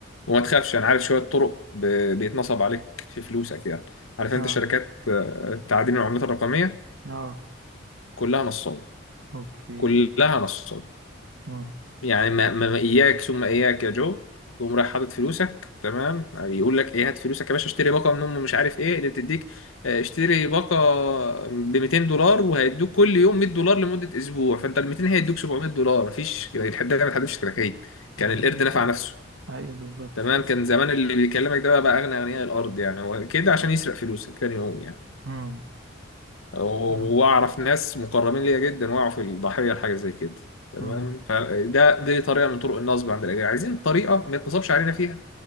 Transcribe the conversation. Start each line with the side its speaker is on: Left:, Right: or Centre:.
Left: وما تخافش انا عارف شوية طرق ب... بيتنصب عليك في فلوسك يعني عارف انت
Right: اه
Left: شركات آه، تعدين العملات الرقمية
Right: اه
Left: كلها نصاب
Right: اوكي
Left: كلها نصاب
Right: مم.
Left: يعني ما, ما ما اياك ثم اياك يا جو تقوم رايح حاطط فلوسك تمام بيقول لك ايه هات فلوسك يا باشا اشتري باقه من ام مش عارف ايه اللي بتديك آه، اشتري باقه ب 200 دولار وهيدوك كل يوم 100 دولار لمده اسبوع فانت ال 200 هيدوك 700 دولار مفيش الحد ده ما اتحدش كراكيب
Right: مفيش
Left: كان القرد
Right: الكلام
Left: نفع نفسه
Right: ايوه بالظبط
Left: تمام كان زمان اللي بيكلمك ده بقى, بقى اغنى اغنياء الارض يعني هو كده عشان يسرق فلوسك تاني يوم يعني
Right: امم
Left: واعرف
Right: اه
Left: ناس مقربين ليا جدا وقعوا في الضحيه لحاجه زي كده تمام
Right: امم
Left: فده دي طريقه من طرق النصب عند الاجانب عايزين طريقه ما يتنصبش علينا فيها